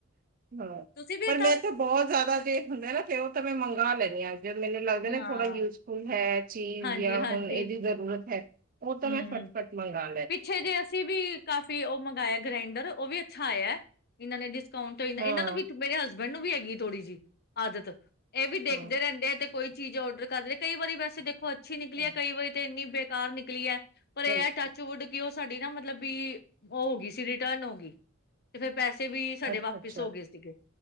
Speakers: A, on the right; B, on the left.
A: ਹਾਂ
B: ਤੁਸੀਂ ਵੀ
A: ਪਰ
B: ਏਦਾਂ
A: ਮੈਂ ਇੱਥੇ ਬਹੁਤ ਜ਼ਿਆਦਾ ਜੇ ਹੁੰਦਾ ਨਾ ਤੇ ਉਹ ਤਾਂ ਮੈਂ ਮੰਗਾਂ ਲੈਣੀ ਹਾਂ। ਜਦੋਂ ਮੈਨੂੰ ਲੱਗਦਾ
B: ਹਾਂ
A: ਨਾ ਥੋੜਾ ਯੂਜਫੁਲ ਹੈ ਚੀਜ਼
B: ਹਾਂਜੀ-ਹਾਂਜੀ,
A: ਜਾਂ ਹੁਣ ਇਹਦੀ ਜ਼ਰੂਰਤ ਹੈਂ। ਉਹ ਤਾਂ
B: ਹੂੰ
A: ਮੈਂ ਫਟ ਫਟ ਮੰਗਾ।
B: ਪਿੱਛੇ ਜੇ ਅਸੀਂ ਵੀ ਕਾਫੀ ਉਹ ਮੰਗਵਾਇਆ ਗ੍ਰੈਂਡਰ ਉਹ ਵੀ ਅੱਛਾ ਆਇਆ ਹੈ ਇਹਨਾਂ ਨੇ। ਕਾਉਂਟ ਹੋਈ ਦਾ
A: ਹਾਂ
B: ਇਹਨਾਂ ਨੂੰ ਵੀ ਮੇਰੇ ਹਸਬੈਂਡ ਨੂੰ ਵੀ ਹੈਗੀ ਹੈ? ਥੋੜੀ ਜਿਹੀ ਆਦਤ। ਇਹ ਵੀ ਦੇਖਦੇ
A: ਹਾਂ
B: ਰਹਿੰਦੇ ਆ ਤੇ ਕੋਈ ਚੀਜ਼ ਔਡਰ ਕਰਲੇ। ਕਈ ਵਾਰੀ ਵੈਸੇ ਦੇਖੋ ਅੱਜ? ਅੱਛੀ ਨਿਕਲੀ
A: ਹਾਂ,
B: ਹੈ ਕਈ ਵਾਰੀ ਤੇ ਇੰਨੀ ਬੇਕਾਰ ਨਿਕਲੀ ਹੈ ਪਰ ਇਹ
A: ਚਲੋ
B: ਹੈ ਟੱਚ? ਚੋਡ ਕੇ ਉਹ ਸਾਡੀ ਨਾ ਮਤਲਬ। ਵੀ ਉਹ ਹੋ ਗਈ ਸੀ ਰਿਟਰਨ ਹੋ ਗਈ ਤੇ ਫਿਰ। ਪੈਸੇ ਵੀ ਸਾਡੇ
A: ਅੱਛਾ
B: ਵਾਪਿਸ
A: ਅੱਛਾ
B: ਹੋ ਗਏ ਸੀਗੇ।